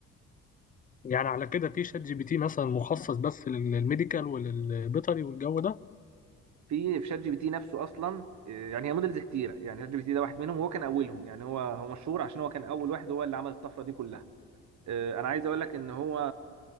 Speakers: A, on the left; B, on the right.
A: يعني على كده في شات جي بي تي مثلا مخصص بس لل- للميديكال وللبيطري والجو ده
B: في في شات جي بي تي نفسه اصلا إيه، يعني هي موديلز كتيره يعني شات جي بي تي ده واحد منهم وهو كان اولهم يعني هو هو مشهور عشان هو كان اول واحد هو اللي عمل الطفره دي كلها إيه، انا عايز اقول لك ان هو